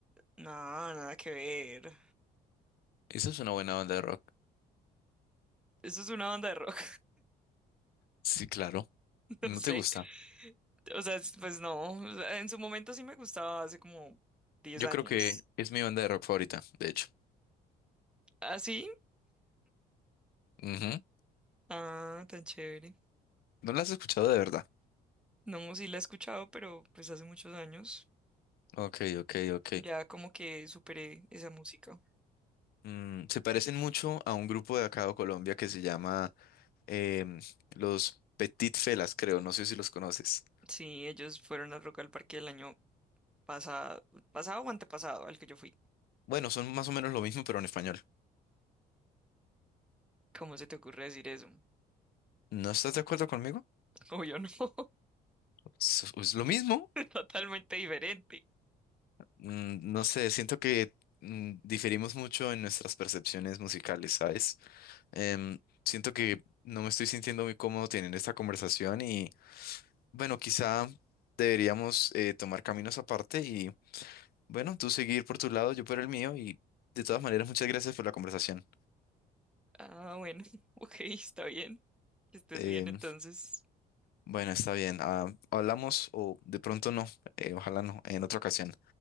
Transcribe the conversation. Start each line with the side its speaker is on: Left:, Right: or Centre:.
Centre: nada, nada que ver.
Left: Esa es una buena banda de rock.
Centre: Eso es una banda de rock.
Left: Sí, claro.
Centre: <laughs>
Left: ¿No
Centre: No sé,
Left: te gusta?
Centre: o sea, es- pues no, o sea, en su momento sí me gustaba hace como 10
Left: Yo
Centre: años.
Left: creo que es mi banda de rock favorita, de hecho.
Centre: ¿Ah, sí?
Left: Ujú.
Centre: Ah, tan chévere.
Left: ¿No la has escuchado de verdad?
Centre: No, sí la he escuchado, pero pues hace muchos años
Left: Ok, ok, ok.
Centre: ya como que superé esa música.
Left: Mm, se parecen mucho a un grupo de acá de Colombia que se llama em, los Petit Felas, creo. No sé si los conoces.
Centre: Sí, ellos fueron al Rock al Parque el año pasado, pasado o antepasado al que yo fui.
Left: Bueno, son más o menos lo mismo, pero en español.
Centre: ¿Cómo se te ocurre decir eso?
Left: ¿No estás de acuerdo conmigo?
Centre: Obvio no, <laughs>
Left: Es es lo mismo.
Centre: es totalmente diferente.
Left: Mm, No sé, siento que mm, diferimos mucho en nuestras percepciones musicales, ¿sabes? Em, siento que no me estoy sintiendo muy cómodo teniendo esta conversación y bueno, quizá deberíamos eh, tomar caminos aparte y bueno, tú seguir por tu lado, yo por el mío y de todas maneras muchas gracias por la conversación.
Centre: Ah, bueno, <laughs> ok, está bien. Que estés
Left: Em,
Centre: bien entonces.
Left: bueno, está bien, ah, hablamos o de pronto no, eh, ojalá no, en otra ocasión.